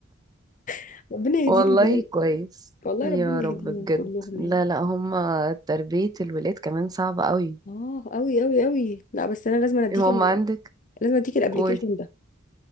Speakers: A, on the left; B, on the right.
A: <laughs> ربنا يهديهم
B: والله
A: بجد
B: كويس
A: والله
B: يا
A: ربنا
B: رب
A: يهديهم
B: بجد
A: كلهم
B: لا
A: يعني
B: لا هما تربية الولاد كمان صعبة قوي
A: اه قوي قوي قوي لا بس انا لازم اديك
B: هما
A: ال-
B: عندك
A: لازم اديك الابلكيشن
B: قولي
A: ده